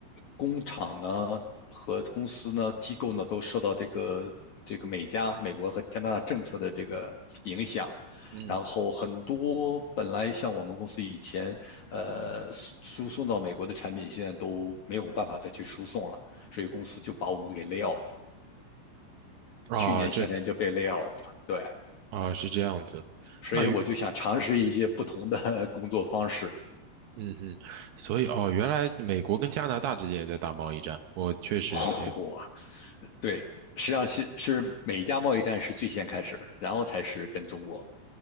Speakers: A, on the left; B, on the right.
A: 工厂呢和公司呢、机构呢都受到这个这个美加美国和加拿大政策的这个影响，
B: 嗯，
A: 然后很多本来像我们公司以前呃输送到美国的产品，现在都没有办法再去输送了，所以公司就把我们给 lay off 了。
B: 啊，
A: 去年夏天就被
B: 这
A: lay off 了，对，
B: 啊是这样子，
A: 所以我就想尝试一些不同的
B: 啊原
A: <laughs> 工作方式。
B: 嗯哼，所以哦，原来美国跟加拿大之间也在打贸易战，我确实没有
A: 哦，对，实际上是是美加贸易战是最先开始，然后才是跟中国。